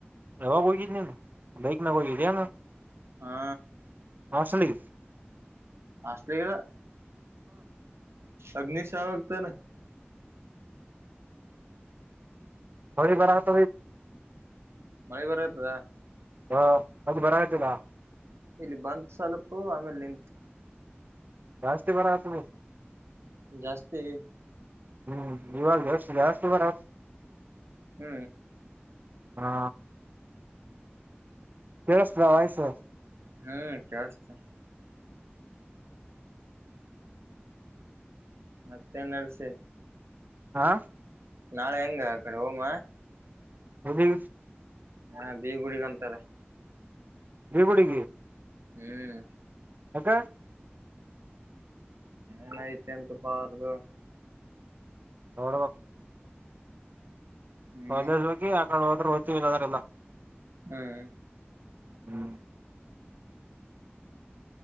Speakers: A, on the right (about 45°); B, on the right (about 75°).
A: ಅಾವ ಕ ರೀತ ನ ಬೈಕ್ ನ ಕಧೆ
B: ಹಾ
A: ಹಸಲಿ
B: ಹಲಿಲ್ಲ ಅಗ್ನಿಶಾವಕ ತ
A: ಬರತ
B: ಮಳೆ ಬರತದಾ
A: ಹ ಮದು ಬರ ತುಲ್ಲ
B: ಇಲ್ಲಿ ಬಂತ ಸ್ವಲ್ಪು ಆಮೇಲ್ ನಿಂತು
A: ಜಾಸ್ತಿ ಬರತಿ
B: ಜಾಸ್ತಿ
A: ಹ್ಮ್ ಇವಾಗ ಜಸ್ ಜಾಸ್ತಿ ಬರ
B: ಹ್ಮ್
A: ಹಾ ಕೇಳಸ್ತದ ವಾಯ್ಸು
B: ಹ್ಮ್ ಕೆವಸ್ತ ಮತ್ತೆಂಗರ್ಸ
A: ಹಾ
B: ನಾಳೆ ಹೆಂಗ ಕಡೆ ಹೋಮ
A: ಹದ
B: ಹಾ ಬೀ ಗುಡಗಂತಾರ
A: ಬಿ ಗೋಡೆ
B: ಹ್ಮ್
A: ಎ ಕ
B: ನ್ ಐತೆಂತ ಪಾರದುು
A: ನಡು ಹ
B: ಹ್ಮ್
A: ಒಂದ ಹೋಗಿ ಆಕಡೆ ಹೋದ ಹ್ೀವಿದ್ರಲ್ಲ
B: ಹ್ಮ್
A: ಹ್ಮ